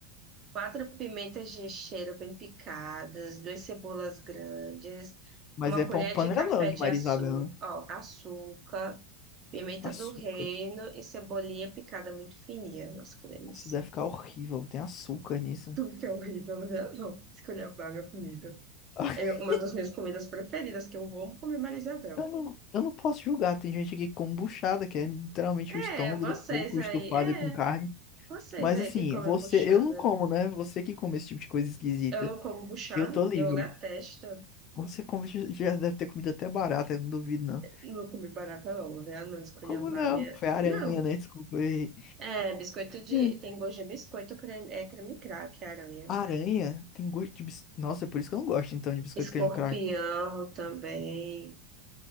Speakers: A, on the right; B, on the left.
A: Quatro pimentas de cheiro bem picadas, duas cebolas grandes,
B: Mas
A: uma
B: é pão
A: colher
B: panelão
A: de café
B: de
A: de
B: Maria
A: açúcar,
B: Isabel, né?
A: ó, açúcar, pimenta
B: Açúcar.
A: do reino e cebolinha picada muito fininha. Nossa, que delícia.
B: Nossa, deve ficar horrível. Tem açúcar nisso.
A: Tudo que é horrível, né? Não, esculhambar minha comida.
B: <laughs>
A: É uma das minhas comidas preferidas, que eu amo comer Maria Isabel.
B: Eu não, eu não posso julgar. Tem gente aqui com buchada, que é literalmente
A: É,
B: o estômago
A: vocês
B: do porco
A: aí,
B: estufado
A: é,
B: com carne.
A: vocês
B: Mas
A: aí
B: assim,
A: que comem
B: você,
A: buchana.
B: eu não como, né? Você que come esse tipo de coisa esquisita.
A: Eu não como buchana,
B: Eu tô livre.
A: eu detesto.
B: Você come, já já deve ter comido até barata, eu não duvido, não.
A: Não comi barata, não, né? Não esculhambar
B: Como não?
A: a minha.
B: Foi aranha,
A: Não.
B: né? Desculpa aí.
A: É, biscoito de.
B: É,
A: Tem gosto de biscoito, creme... é creme crack, é aranha.
B: Aranha tem gosto de bis... Nossa, é por isso que eu não gosto, então, de biscoito
A: Escorpião
B: creme crack.
A: também.